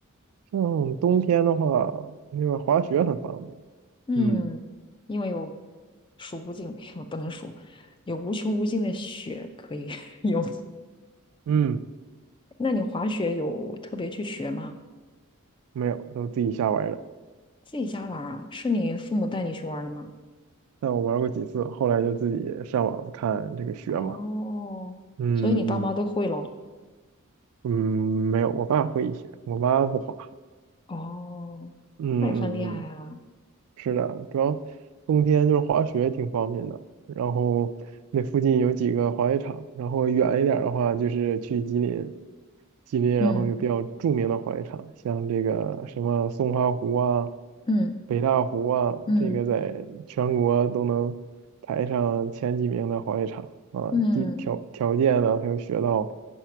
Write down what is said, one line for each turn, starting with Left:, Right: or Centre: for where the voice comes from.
Right: 像冬天的话，那个滑雪很方便。
Left: <laughs> 嗯，
Right: 嗯
Left: 因为有数不尽，<laughs> 不能数，有无穷无尽的雪可以 <laughs> 用。
Right: 嗯，
Left: 那你滑雪有特别去学吗？
Right: 没有，都自己瞎玩儿的。
Left: 自己家玩儿啊？是你父母带你去玩儿的吗？
Right: 但我玩过几次，后来就自己上网看这个雪嘛。
Left: 哦，
Right: 嗯嗯
Left: 所以你爸妈都会喽？
Right: 嗯，没有，我爸会一些，我妈不滑。
Left: 哦，
Right: 嗯嗯嗯
Left: 那也很厉害啊。
Right: 是的，主要冬天就是滑雪挺方便的，然后那附近有几个滑雪场，然后远一点儿的话就是去吉林，吉林然后有比较著名的滑雪场，
Left: 嗯
Right: 像这个什么松花湖啊、
Left: 嗯
Right: 北大湖啊，
Left: 嗯
Right: 这个在全国都能排上前几名的滑雪场啊，
Left: 嗯，
Right: 地条条件呢还有雪道